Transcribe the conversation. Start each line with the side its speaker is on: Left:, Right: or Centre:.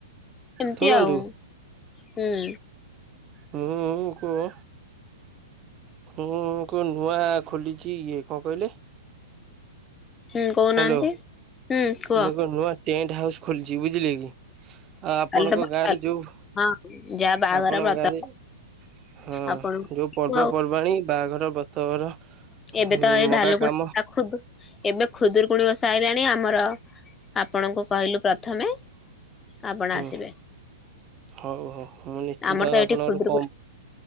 Left: ଏମତି
Right: ଶୁଣନ୍ତୁ
Left: ଆଉ ହୁଁ।
Right: ହୁଁ <unintelligible> ମୁଁ କ ନୂଆ ଖୋଲିଛି ଇଏ କଣ କହିଲେ?
Left: ହୁଁ କହୁନାହାନ୍ତି
Right: ହ୍ୟାଲୋ
Left: ହୁଁ କୁହ?
Right: ମୁଁ ଏକ ନୂଆ ଟେଣ୍ଟ ହାଉସ୍ ଖୋଲିଛି ବୁଝିଲେ କି ଆଉ ଆପଣଙ୍କ
Left: କାଲି ତ
Right: ଗାଁରେ ଯୋଉ
Left: ହଁ ଯାହା ବାହାଘର
Right: ଆପଣଙ୍କ
Left: ବ୍ରତ
Right: ଗାଁରେ ହଁ
Left: ଆପଣଙ୍କୁ
Right: ଯୋଉ ପର୍ବପର୍ବାଣି
Left: ଆଉ
Right: ବାହାଘର ବ୍ରତଘର
Left: ଏବେ
Right: ହୁଁ
Left: ତ ଏ
Right: ମଗା
Left: ଭାଲୁକୁଣି
Right: କାମ
Left: ଖ ଏବେ ଖୁଦରୁକୁୁଣି ବ ସାରିଲାଣି ଆମର ଆପଣଙ୍କୁ କହିଲୁ ପ୍ରଥମେ ଆପଣ
Right: ହୁଁ
Left: ଆସିବେ।
Right: ହଉ ହଉ ମୁଁ ନିଶ୍ଚିନ୍ତ
Left: ଆମର ତ ଏଇଠି
Right: ଆପଣଙ୍କରୁ
Left: ଖୁଦୁରୁକୁଣୀ
Right: କଣ